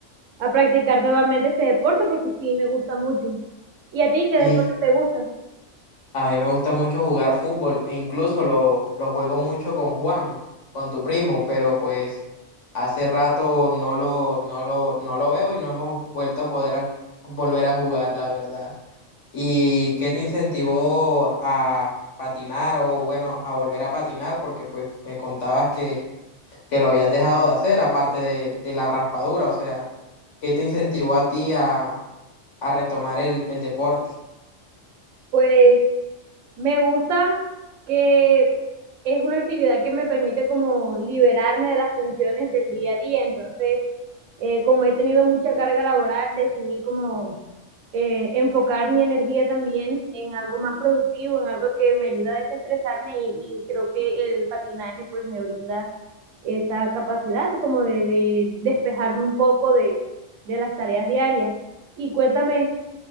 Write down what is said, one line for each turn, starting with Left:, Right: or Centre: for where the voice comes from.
Right: a practicar nuevamente este deporte porque sí me gusta mucho. ¿Y a ti qué
Left: Sí.
Right: deporte te gusta?
Left: A mí me gusta mucho jugar fútbol e incluso lo, lo juego mucho con Juan, con tu primo, pero pues hace rato no lo, no lo, no lo veo y no hemos vuelto a poder a- volver a jugar, la verdad. ¿Y qué te incentivó a patinar o bueno, a volver a patinar? Porque pues me contabas que, que lo habías dejado de hacer, aparte de, de la raspadura, o sea, ¿qué te incentivó a ti a, a retomar el, el deporte?
Right: Pues Me gusta que es una actividad que me permite como liberarme de las tensiones del día a día. Entonces, eh, como he tenido mucha carga laboral, decidí como eh, enfocar mi energía también en algo más productivo, en algo que me ayuda a desestresarme y, y creo que el patinaje pues me brinda esa capacidad como de, de despejarme un poco de, de las tareas diarias. Y cuéntame,